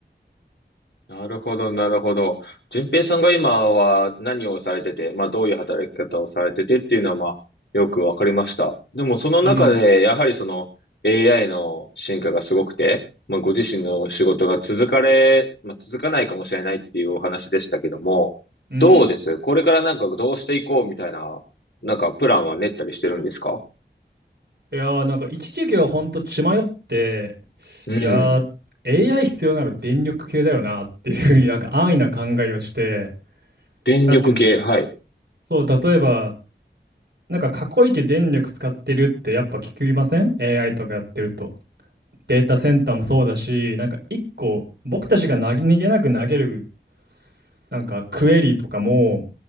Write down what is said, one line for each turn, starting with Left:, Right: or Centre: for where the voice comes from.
Left: なるほど、なるほど。順平さんが今は何をされてて、まあどういう働き方をされててっていうのはまあよくわかりました。でもその中でやはりその
Right: うん。
Left: AI の進化がすごくて、まあご自身の仕事が続かれ、まあ続かないかもしれないっていうお話でしたけども、
Right: うん。
Left: どうですこれからなんかどうしていこうみたいな、なんかプランは練ったりしてるんですか
Right: いやー、なんか一時期はほんと血迷って、
Left: うん。
Right: いやー、AI 必要なら電力系だよなっていうふうになんか安易な考えをして、
Left: 電力系、
Right: なんて言うんでしょう。
Left: はい。
Right: そう、例えば、なんか過去一電力使ってるってやっぱ聞きません ?AI とかやってると。データセンターもそうだし、なんか一個、僕たちが投げ逃げなく投げる、なんかクエリとかも、